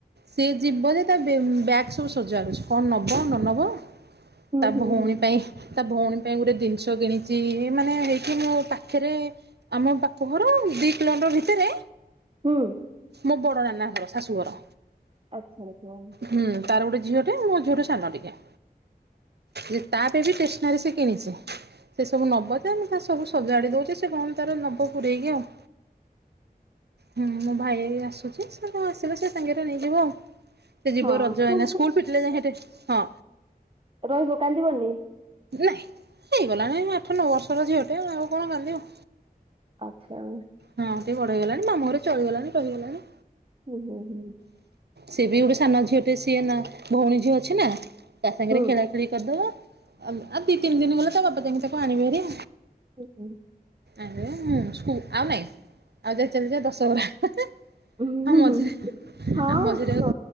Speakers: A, on the right; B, on the right.
A: ସେ ଯିବ ଯେ ତା ବ୍ୟାଗ୍ ସବୁ ସଜାରୁଛି କଣ ନବ ନ ନେବ।
B: ହୁଁ
A: ତା
B: ହୁଁ
A: ଭଉଣୀ
B: ହୁଁ
A: ପାଇ। ତା ଭଉଣୀ ପାଇଁ ଗୋଟେ ଜିନିଷ କିଣିଛି ମାନେ ହେଇଛି ମୋ ପାଖରେ। ଆମ ବାପ ଘର ଦିଇ କିଲୋମିଟର ଭିତରେ।
B: ହୁଁ।
A: ମୋ ବଡ଼ ନାନା ଘର ଶାଶୁଘର।
B: ଆଚ୍ଛା ଆଛା।
A: ହୁଁ ତାର ଗୋଟେ ଝିଅ ଟେ ମୋ ଝିଅ ଠୁ ସାନ ଟିକେ। ଯେ ତାପାଇଁ ବି ଷ୍ଟେସନାରୀ ସେ କିଣିଛି। ସେ ସବୁ ନବ ଯେ ଆମେ ତା ସବୁ ସଜାଡି ଦଉଚି ସେ କଣ ତାର ନବ ପୁରେଇକି ଆଉ। ହୁଁ ମୋ ଭାଇ ଆସୁଛି ସେ ଆସିଲେ ସେ ସାଙ୍ଗରେ ନେଇଯିବ ଆଉ। ସେ ଯିବ
B: ହଁ
A: ରଜ ହେଇନା ସ୍କୁଲ ଫିଟିଲେ ଯା ସେଠ ହଁ।
B: ରହିବ କାନ୍ଦିବନି?
A: ନାଇଁ ହେଇଗଲାଣି ଆଠ ନଅ ବର୍ଷର ଝିଅଟେ ଆ ଆଉ କଣ କାନ୍ଦିବ।
B: ଆଚ୍ଛା।
A: ହଁ ଟିକେ ବଡ ହେଇଗଲାଣି ମାମୁଁ ଘରେ ଚଳିଗଲାଣି ରହିଗଲାଣି।
B: ହୁଁ ହୁଁ ହୁଁ
A: ସିଏ ବି ଗୋଟେ ସାନ ଝିଅ ଟେ ସିଏ ନା ଭଉଣୀ ଝିଅ ଅଛି ନା ତା ସାଙ୍ଗରେ
B: ହୁଁ
A: ଖେଳା। କରିଦବା ଆଉ ଦି ତିନି ଦିନ ଗଲାପରେ ତା ବାପା ତାଙ୍କ ତାକୁ ଆଣିବେରେ।
B: ହୁଁ ହୁଁ।
A: ଆଜ୍ଞାଁ ସ୍କୁଲ ଆଉ ନାଇଁ ଆଉ ଯାଇ ଚାଲି ଦଶହରା।
B: ହୁଁ
A: ଆଉ ମଝିରେ
B: ହୁଁ ହଁଟ
A: ଆଉ ମଝିରେ